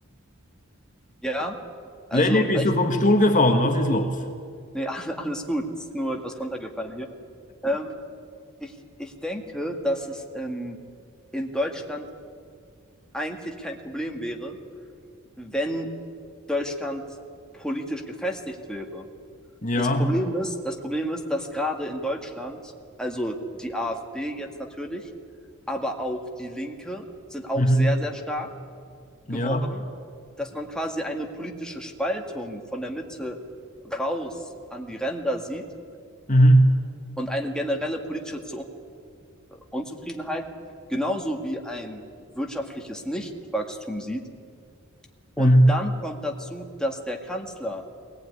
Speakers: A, in the centre; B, on the left.
A: ja. Also
B: Lenny, bist
A: ich,
B: du vom Stuhl gefallen? Was ist los?
A: Nee, all- alles gut. Ist nur etwas runtergefallen hier. Ähm, ich, ich denke, dass es in, in Deutschland eigentlich kein Problem wäre, wenn Deutschland politisch gefestigt wäre.
B: Ja,
A: Das Problem ist, das Problem ist, dass gerade in Deutschland, also die AfD jetzt natürlich, aber auch die Linke sind auch
B: mhm.
A: sehr, sehr stark
B: Ja,
A: geworden, dass man quasi eine politische Spaltung von der Mitte raus an die Ränder sieht
B: mhm.
A: und eine generelle politische Unzufriedenheit, genauso wie ein wirtschaftliches Nichtwachstum sieht. Und
B: Mhm.
A: dann kommt dazu, dass der Kanzler,